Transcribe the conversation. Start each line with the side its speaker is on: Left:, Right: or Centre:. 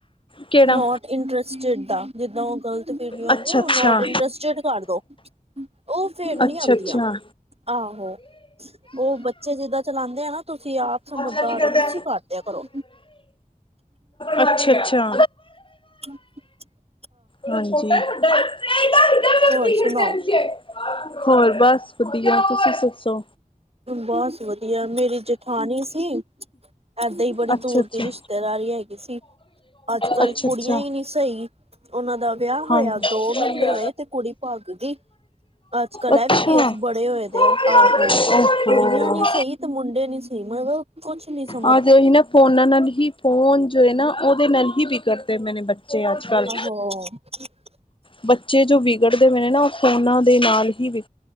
Left: ਕਿਹੜਾ
Right: ਨੋਟ ਇੰਟਰਸਟਿਡ ਦਾ, ਜਿਦਾਂ ਉਹ ਗਲਤੀ ਵੀਡੀਓ ਆਂਦੀਆਂ,
Left: ਅੱਛਾ
Right: ਉਹ
Left: ਅੱਛਾ
Right: ਨੋਟ ਇੰਟਰਸਟਿਡ ਕਰ ਦੋ ਉਹ ਫੇਰ ਨੀ
Left: ਅੱਛਾ
Right: ਆਂਦੀਆਂ। ਆਹੋ ਉਹ ਬੱਚੇ ਜਿੱਦਾਂ ਚਲਾਂਦੇ ਆਂ ਨਾ ਤੁਸੀਂ ਆਪ ਸਮਝਦਾਰ
Left: ਬੱਚਾ ਕੀ ਕਰਦੈ
Right: <unintelligible> ਕਰੋ
Left: ਅੱਛਾ ਅੱਛਾ
Right: ਹਮ <inaudible>
Left: ਹਾਂਜੀ <unintelligible>
Right: ਹੋਰ ਸੁਣਾਓ
Left: ਹੋਰ ਬਸ ਵਧੀਆ ਤੁਸੀਂ ਦੱਸੋ।
Right: ਬਸ ਵਧੀਆ, ਮੇਰੀ ਜੇਠਾਨੀ ਸੀ ਏਦਾਂ ਹੀ ਬੜੀ
Left: ਅੱਛਾ
Right: ਦੂਰ
Left: ਅੱਛਾ
Right: ਦੀ ਰਿਸ਼ਤੇਦਾਰੀ ਹੈਗੀ ਸੀ, ਅੱਜ ਕੱਲ
Left: ਅੱਛਾ
Right: ਕੁੜੀਆਂ
Left: ਅੱਛਾ
Right: ਹੀ ਨਹੀ ਸਹੀ। ਉਹਨਾਂ ਦਾ ਵਿਆਹ ਹੋਇਆ,
Left: ਹਾਂਜੀ
Right: ਦੋ ਮਹੀਨੇ ਹੋਏ ਤੇ ਕੁੜੀ ਭੱਗ ਗਈ, ਅੱਜ। ਕਲਾ
Left: ਅੱਛਾ
Right: ਵੀ ਕੇਸ ਬੜੇ ਹੋਏ ਦੇ
Left: ਓਹੋ
Right: ਆ, ਆਹੋ ਕੁੜੀਆਂ ਨੀ ਸਹੀ ਤੇ ਮੁੰਡੇ ਨੀ ਸਹੀ, ਮੈਂ ਕੁਛ ਨੀ ਸੁ
Left: ਆਜੋ ਜਿਨੇ ਫੋਨਾ ਨਾਲ ਹੀ ਫੋਨ ਫੋਨ ਜੋ ਹੈ ਨਾ ਉਹਦੇ ਨਾਲ ਹੀ ਵਿਗੜਦੇ ਪਏ ਨੇ ਬੱਚੇ ਅੱਜ ਕੱਲ੍ਹ।
Right: ਹ।
Left: ਬੱਚੇ ਜੋ ਵਿਗੜਦੇ ਪਏ ਨੇ ਨਾ, ਉਹ ਫੋਨਾ ਦੇ ਨਾਲ ਹੀ ਵਿ